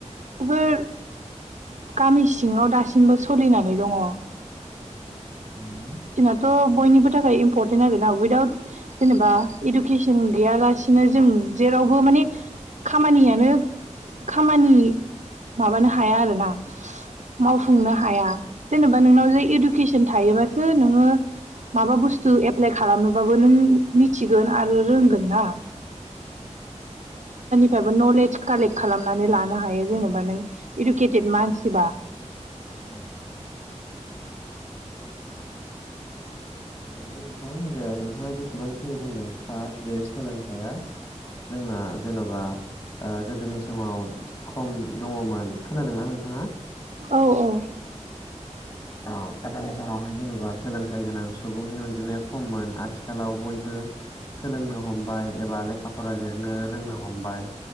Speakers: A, on the right; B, on the left.
A: बेफोर गामि सिङाव दासिमबो सलिनानै दङ
B: उम उम नंगौ
A: ट' बयनिबो थाखाय इम्परटेन्ट आरो ना उइदाउट जेनेबा इदुकेसन गैयालासिनो जों जेरावबो माने खामानियानो खामानि माबानो हा हाया आरोना मावफुंनो हाया जेनेबा नोंनाव
B: औ
A: जे इडुकेसन थायोबा सो नोङो माबा बुस्थु एप्लाइ खालामनोबाबो नों मिथिगोन आरो रोंगोन ना
B: <inaudible>
A: फ्रायबो नलेज कालेक्ट खालामनानै लानो हायो जेनेबा नों इडुकेटेद मानसिबा
B: औ औ औ नंगौ नोंथां जे नोंथाङा जेसेबांखिनि बुंदों थार जे सोलोंथाइया जोंना जेन'बा ओ गोदोनि समाव खम दङमोन खोनादोंना नोंथाङा
A: औ औ
B: औ गोदोनि समावहाय जेनेबा सोलोंथाइ गोनां सुबुंनि अनजिमाया खममोन आथिखालाव बयबो सोलोंनो हमबाय एबा लेखा फरा लिरनो रोंनो हमबाय